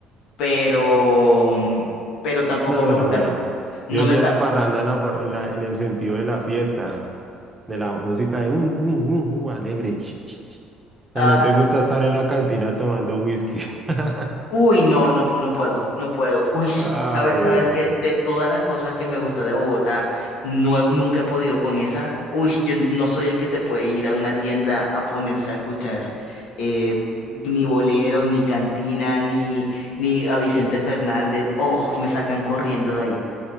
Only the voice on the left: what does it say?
pero, pero tampoco
me gusta,
no
me, ta-
ah,
Uy, no, no, pues no puedo, no puedo. Uy, sabes,
sabes que de todas las cosas que me gusta de Bogotá, no, he- nunca he podido con esa. Uy, yo no soy el que se puede ir a una tienda a ponerse a escuchar eh, ni boleros, ni cantina, ni, ni a Vicente Fernández. Oh, me sacan corriendo de ahí.